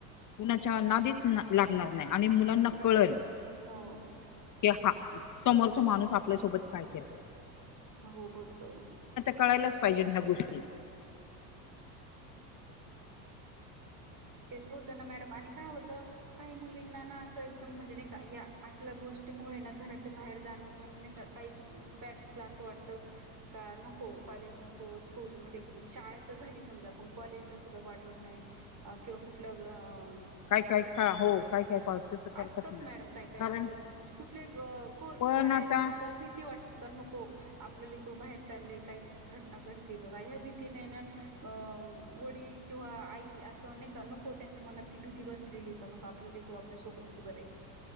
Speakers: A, on the left; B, on the right.
A: कुणाच्या नादीच लागणार नाही आणि मुलांना कळेल.
B: हो.
A: कि हा समोरचा माणूस आपल्यासोबत काय करते.
B: हो बरोबर आहे.
A: कळायलाच पाहिजे ह्या गोष्टी.
B: तेच होत ना मॅडम आणि काय होत. काही मुलींना ना असं एकदम म्हणजे नाही का या असल्या गोष्टीमुळे ना घराच्या बाहेर जाणं पण नाही का काही. पॅरेंट्स ला असं वाटतं. का नको कॉलेज नको स्कूल म्हणजे शाळेत झाली समजा पण कॉलेजला सुद्धा वाट. ठवतं नाहीं किंवा कुंठलं.
A: काय काय का हो काय काय का तसं करतात
B: असतांत
A: ना
B: मॅडम कायं कायं
A: कारण
B: असतं म्हणजे कुंठले अं. कोर्स
A: पण
B: करांयला
A: आता
B: सुद्धां पणं भीती वाटते कां नको. आपलं लीकरूं बाहेर चालले कांहीं घटनां घडती कां कां ह्यां भीतीने नां. अं वडील किंवा आई असं. नाहीं कां नको त्यांच्या मनांत ती भीती बसलेली कां नको आपलं ललेक आपल्या सोबतंच बरं आहे.